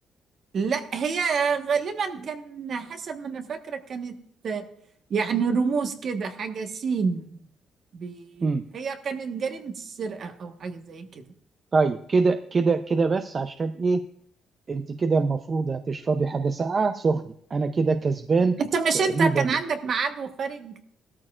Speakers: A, on the right; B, on the right.
A: لا هي غالبا كان حسب ما انا فاكره كانت آه، يعني رموز كده حاجه سين بي...
B: امم
A: هي كانت جريمه السرقه او حاجه زي كده
B: طيب كده كده كده بس عشان ايه انت كده المفروض هتشربي حاجه ساقعه سخنه انا كده كسبان
A: انت مش
B: تقريبا
A: انت كان عندك ميعاد وخارج